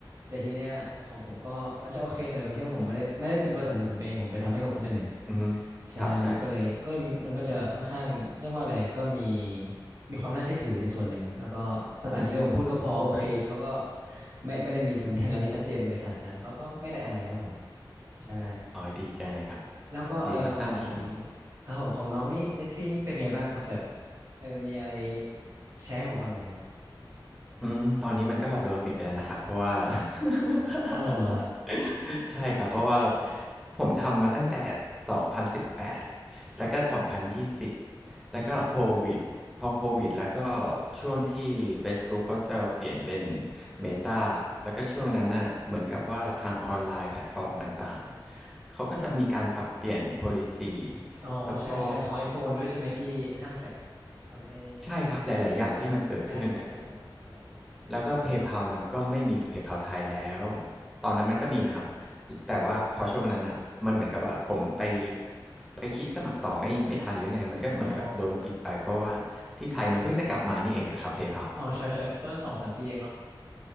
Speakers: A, on the right; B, in the centre.
A: แต่ทีเนี้ยของผมก็มันจะโอเคหน่อยตรงที่ว่าผมไม่ได้ไม่ได้เป็นบริษัทของผมเองผมไปทำให้กับคนอื่น
B: อือฮึ
A: ใช่มันก็เลยก็มันก็จะค่อนข้างเรียกว่าอะไรก็มี
B: ครับใช่
A: มีความน่าเชื่อถือในส่วนหนึ่งแล้วก็ภาษาอังกฤษที่ผมพูดก็พอโอเคเขาก็
B: อืม
A: ไม่ไม่ได้มีสำเนียงอะไรชัดเจนเลยขนาดนั้นเขาก็ไม่ได้อะไรครับผมใช่
B: อ๋อดีจังเลยครับ
A: แล้วก็เออของ
B: ดีครับน่าสนุก
A: ครับผมของน้องนี่เอซี่นี่เป็นไงบ้างครับแบบเออมีอะไรแชร์ให้ผมฟังหน่อยสิครับ
B: อืมตอนนี้มันก็โดนปิดไปแล้วนะครับเพราะว่า <laughs>
A: เอาเหรอ
B: ใช่ครับเพราะว่าผมทำมาตั้งแต่สองพันสิบแปดแล้วก็สองพันยี่สิบแล้วก็โควิดพอโควิดแล้วก็ช่วงที่ Facebook เขาจะเปลี่ยนเป็น Meta แล้วก็ช่วงนั้นน่ะเหมือนกับว่าทางออนไลน์แพลตฟอร์มต่างๆเขาก็จะมีการปรับเปลี่ยน policy
A: อ๋อใช่ใช่ของ
B: แล้วก็
A: iPhone ด้วยใช่ไหมที่ห้ามแทร็กทำให้
B: ใช่ครับหลายๆอย่างที่มันเกิดขึ้นน่ะ
A: อีกแอดยากยากลงครับผม
B: แล้วก็ PayPal มันก็ไม่มี PayPal ไทยแล้วตอนนั้นมันก็มีนะครับแต่ว่าพอช่วงนั้นอ่ะมันเหมือนกับว่าผมไปไปคลิกสมัครต่อไม่ไม่ทันหรือไงมันก็เหมือนกับโดนปิดไปเพราะว่า
A: อ๋อ
B: ที่ไทยมันเพิ่งจะกลับมานี่เองอะครับ PayPal อะ
A: อ๋อใช่ใช่ส่วนสองสามปีเองเนาะ